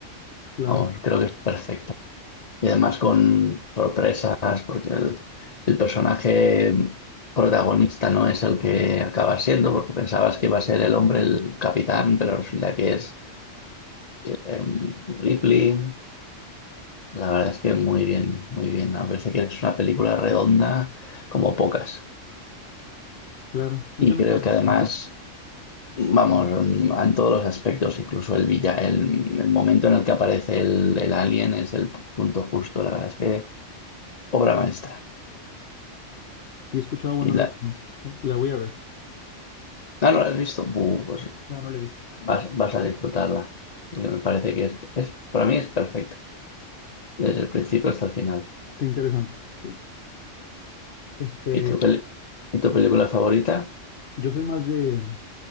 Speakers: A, on the left; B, on the left.
A: Claro,
B: Vamos, creo que es perfecta. Y además con sorpresas, porque el, el personaje protagonista no es el que acaba siendo, porque pensabas que iba a ser el hombre, el capitán, pero resulta que es em, Ripley, la verdad es que muy bien, muy bien. Me parece que es una película redonda como pocas.
A: claro, esa
B: Y
A: no
B: creo
A: la he visto.
B: que además,
A: Y
B: vamos, en todos los aspectos, incluso el, villa, el, el momento en el que aparece el, el alien es el punto justo. La verdad es que obra maestra.
A: he escuchado buenas
B: Y la,
A: referencias. La voy a ver.
B: ah, ¿no la has visto? Bu, pues
A: No, no la he visto.
B: vas, vas a disfrutarla. Porque me parece que es, es, para mí es perfecta, desde el principio hasta el final.
A: Qué interesante, sí. Este,
B: ¿Y tu, peli- y tu película favorita?
A: yo soy más de,